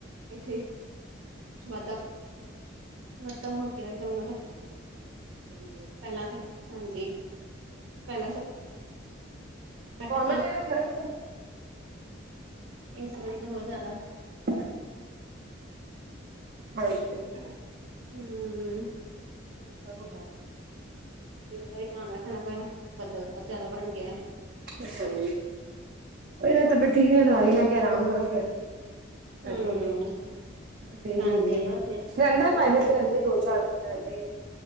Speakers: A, on the right; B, on the right.
A: ਇੱਥੇ ਵੱਧ ਵੱਧਾ ਹੋ ਗਿਆ ਇੱਕਦਮ ਇਹਨਾਂ ਤੇ।
B: ਹਾਂਜੀ
A: ਪਹਿਲਾਂ ਤੇ ਹਾਂਜੀ। ਪਹਿਲਾਂ ਘੱਟ
B: ਨੋਰਮਲ
A: ਸੀ।
B: ਹਾਂਜੀ
A: ਇਸ ਵਾਰੀ ਤਾਂ ਹੋਰ ਜ਼ਿਆਦਾ।
B: <inaudible> ਹਾਂਜੀ।
A: ਹਮ।
B: ਸਭ ਘਰ।
A: ਮੀਂਹ ਦਾ ਵੀ ਧਿਆਨ ਰੱਖਣਾ ਪੈਣਾ, ਬੱਦਲ ਬਹੁਤ ਜਿਆਦਾ ਬਣ ਗਿਆ ਹੈ।
B: ਅੱਛਾ ਜੀ। ਜੇ ਨਾ ਤਬੀਅਤ ਠੀਕ ਨਹੀਂ ਦਵਾਈ ਲੈ ਕੇ ਆਰਾਮ ਕਰੋ। ਫੇਰ
A: ਹੂੰ,
B: ਹੋ ਗਏ। ਤੇਜ਼
A: ਹਾਂਜੀ
B: ਹੋ ਗਈ ਆ।
A: ਉਹ ਤੇ ਹੂੰ,
B: ਰਹਿੰਦਾ ਫਾਈਨਲ ਤੇ ਰਹਿੰਦੇ ਦੋ-ਚਾਰ ਦਿਨ ਤੇ ਰਹਿੰਦੇ ਆ।